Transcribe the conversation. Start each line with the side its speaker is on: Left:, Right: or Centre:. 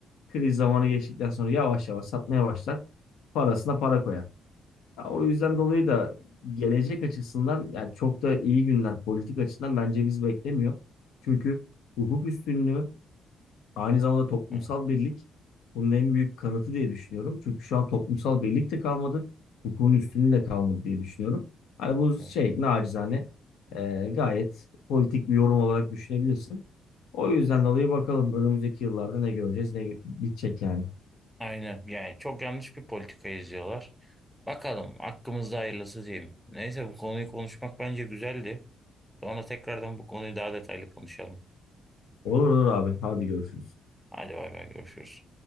Left: Kriz zamanı geçtikten sonra yavaş yavaş satmaya başlar. Parasına para koyar. Ya, o yüzden dolayı da gelecek açısından yani çok da iyi günler politik açıdan bence biz beklemiyor. Çünkü hukuk üstünlüğü Aynı zamanda toplumsal
Centre: Evet.
Left: birlik bunun en büyük kanıtı diye düşünüyorum. Çünkü şu an toplumsal birlik de kalmadı. Hukukun üstünlüğü de kalmadı diye düşünüyorum. Hani bu
Centre: Evet.
Left: şey nacizane e, gayet politik bir yorum olarak düşünebilirsin. O yüzden dolayı bakalım önümüzdeki yıllarda ne göreceğiz ne bitecek yani.
Centre: Aynen yani çok yanlış bir politika izliyorlar. Bakalım hakkımızda hayırlısı diyeyim. Neyse bu konuyu konuşmak bence güzeldi. Sonra tekrardan bu konuyu daha detaylı konuşalım.
Left: Olur olur abi hadi görüşürüz.
Centre: Hadi bay bay görüşürüz.